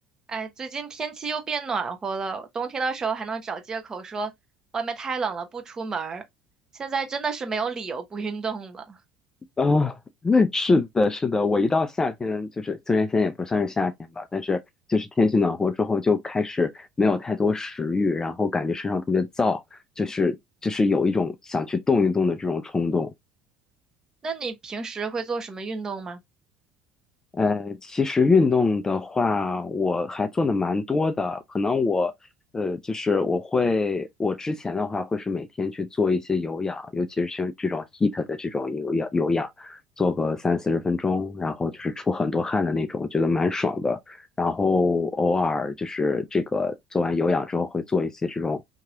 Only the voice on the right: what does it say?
哎，最近天气又变暖和了，冬天的时候还能找借口说外面太冷了不出门儿，现在真的是没有理由不运动了。
那你平时会做什么运动吗？